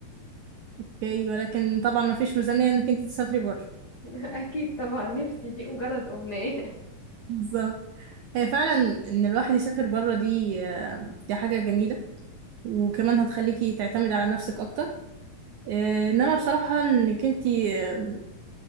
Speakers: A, on the right; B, on the left.
A: اوكي ولكن طبعا ما فيش ميزانيه انك انت تسافري بره
B: <laughs> أكيد طبعا نفسي دي مجرد أمنية
A: بالظبط هي فعلا ان الواحد يسافر بره دي آه، دي حاجه جميله وكمان هتخليكي تعتمدي على نفسك اكتر آه، انما بصراحة انك انتي آم،